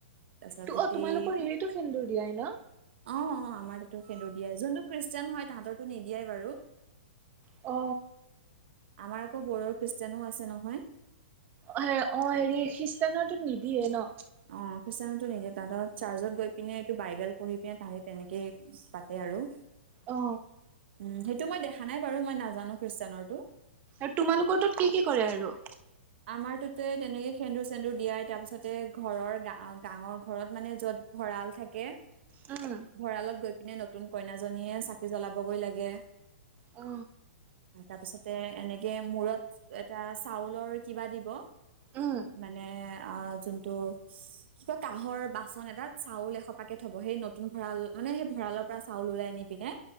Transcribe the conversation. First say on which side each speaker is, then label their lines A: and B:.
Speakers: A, on the right; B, on the right.
A: তাৰপাচতে
B: অ
A: গোটেই
B: তোমালোকৰ হেৰিতো সেন্দুৰ দিয়াই ন
A: অহ আ আমাৰটোতো সেন্দুৰ দিয়ে যোনটো খ্ৰীষ্টিয়ান হয় তাহতৰটো নিদিয়ে বাৰু।
B: অ।
A: আমাৰ আকৌ বড়ৰ খ্ৰীষ্টানো আছে নহয়।
B: অঁ অঁ হেৰি খ্ৰীষ্টানৰটো নিদিয়ে ন
A: অ খ্ৰীষ্টানটো নিজে তাহাঁতৰ চাৰ্চত গৈ পিনে এইটো বাইবেল পঢ়ি পিনে তাহাঁতে তেনেকে পাতে। বাৰু
B: অ
A: উম সেইটো মই দেখা নাই বাৰু মই নাজানো খ্ৰীষ্টানৰতো।
B: আৰু তোমালোকৰ তো কি কি কৰে আৰু?
A: আমাৰ তোতে তেনেকে সেন্দুৰ চেন্দুৰ দিয়াই তাৰ পিছতে ঘৰৰ গা গাঁৱৰ ঘৰত মানে য'ত ভঁৰাল থাকে।
B: উম
A: ভঁৰালত গৈ পিনে নতুন কইনাজনীয়ে চাকি জ্বলাবগৈ লাগে
B: অ
A: তাৰ পিছতে এনেকে মূৰত এটা চাউলৰ কিবা দিব
B: উম
A: মানে অ যোনটো কিবা কাহৰ বাচন এটাত চাউল এহপাকে থব সেই নতুন ভঁৰাল মানে সেই ভঁৰালৰ পৰা চাউল ওলাই আনি পিনে